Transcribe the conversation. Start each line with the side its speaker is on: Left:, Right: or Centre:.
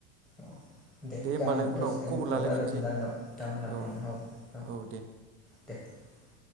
Centre: औ दे
Right: होमबालाय
Centre: दा
Right: उनाव
Centre: दसे
Right: खबर
Centre: उनफ्राव
Right: लालायफिनसै
Centre: रायज्लायफिनजागोन औ दा मोनाफोरावनो
Right: औ
Centre: औ
Right: औ दे
Centre: <inaudible>